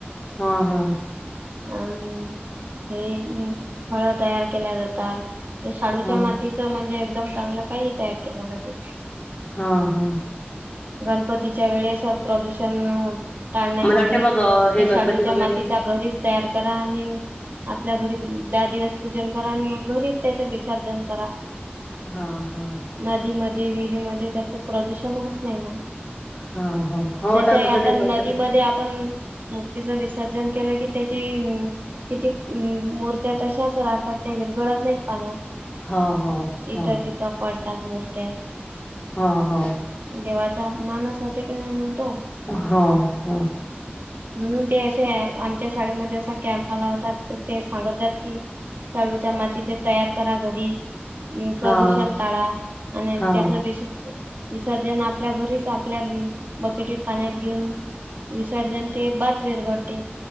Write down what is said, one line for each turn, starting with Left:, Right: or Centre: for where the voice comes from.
Left: हा हा..
Right: अं हे फळ तयार केल्या जातात... ते शाडूच्या
Left: हां,
Right: मातीचं म्हणजे एकदम चांगलं काही तयार केल्या जाते..
Left: हा हा..
Right: गणपतीच्या वेळेस प्रदूषण हो.. टाळण्यासाठी
Left: मला वाटते मग अ, हे
Right: ते
Left: गणपती
Right: शाडूच्या
Left: वगैरे
Right: मातीचा घरीच तयार करा आणि... आपल्या घरी दहा दिवस पूजन करा आणि घरीच त्याच विसर्जन करा
Left: हा हा
Right: नदीमध्ये विहिरीमध्ये त्याचं प्रदूषण होत नाही मग
Left: हां, हां. हो
Right: तस
Left: ना.
Right: आता
Left: कसं ते
Right: नदीमध्ये
Left: गणपती
Right: आपण मूर्तीच विसर्जन केलं की त्याची किती मूर्त्या तशाच राहतात ते विरगळत नाहीत पाण्यात
Left: हो हो
Right: इथं
Left: हो,
Right: तिथं पडतात मूर्त
Left: हो हो
Right: देवाचा अपमानच होते की नाही म्हणतो
Left: होा हा
Right: म्हणून ते असे आमच्या शाळेमध्ये असा कॅम्प आला होता तर ते सांगत जात की चाळूच्या मातीचे तयार करा घरीच प्रदूषण
Left: हां,
Right: टाळा आणि
Left: हां,
Right: त्याच विष विसर्जन आपल्या घरीच आपल्या बकेटीत पाण्यात घेऊन विसर्जन ते बाद फेरघडते